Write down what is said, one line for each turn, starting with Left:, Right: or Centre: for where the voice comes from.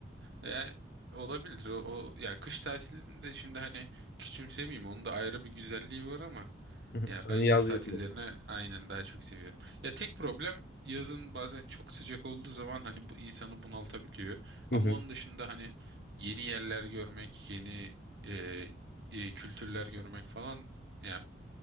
Right: Ya olabilir o, o- ya kış tatilinde şimdi hani küçümsemeyeyim onun da ayrı bir güzelliği var ama
Left: Hı hı.
Right: ya
Left: Sen
Right: ben yaz
Left: yaz
Right: tatillerini
Left: yazılım.
Right: aynen daha çok seviyorum. Ya tek problem yazın bazen çok sıcak olduğu zaman hani bu insanı bunaltabiliyor. Ama
Left: Hı hı.
Right: onun dışında hani yeni yerler görmek, yeni e, e, kültürler görmek falan ya